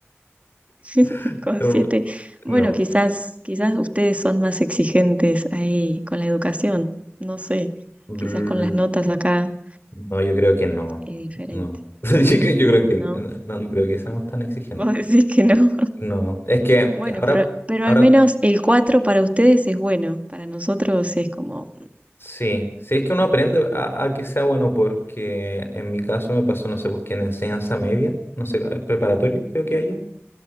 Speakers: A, on the right; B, on the left.
A: <laughs>
B: <laughs>
A: Con siete. Bueno,
B: No.
A: quizás, quizás ustedes son más exigentes ahí con la educación. No sé.
B: Brr.
A: Quizás con las notas acá
B: No, yo creo que no.
A: es diferente,
B: No. <laughs> Yo, creo yo creo que
A: ¿no?
B: no, no no creo que seamos tan exigentes.
A: <laughs> Vos decís que no.
B: No. Es que
A: Bueno,
B: ahora.
A: pero, pero
B: Ahora
A: al menos el 4 para ustedes es bueno. Para nosotros es como,
B: Sí, sí es que uno aprende a, a que sea bueno porque en mi caso me pasó, no sé, pues que en enseñanza media, no sé, eh, preparatoria creo que haya,